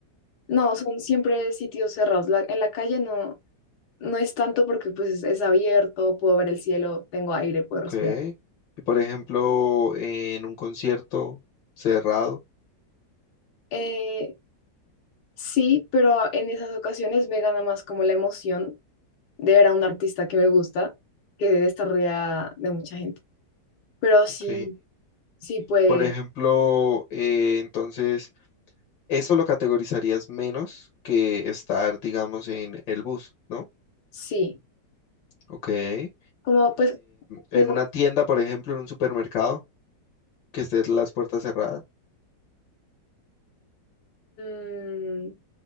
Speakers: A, on the left; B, on the left.
A: No, son siempre sitios cerrados. La- en la calle no, no es tanto porque pues es, es abierto, puedo ver el cielo, tengo aire, puedo
B: ok.
A: respirar.
B: Y por ejemplo, en un concierto cerrado.
A: Eh, sí, pero en esas ocasiones me gana más como la emoción de ver a un artista que me gusta que de estar rodeada de mucha gente. Pero sí,
B: Ok.
A: sí, pues
B: Por ejemplo, eh, entonces, eso lo categorizarías menos que estar, digamos, en el bus, ¿no?
A: sí.
B: Ok. Eh,
A: Como pues,
B: en
A: es donde-
B: una tienda, por ejemplo, en un supermercado, que estés las puertas cerradas.
A: mm,